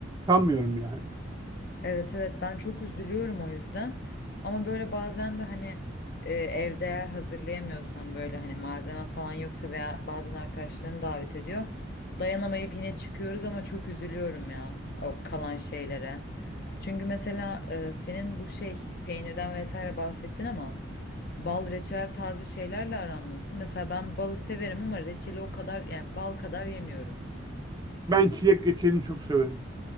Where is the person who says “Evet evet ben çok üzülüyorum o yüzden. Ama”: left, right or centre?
Left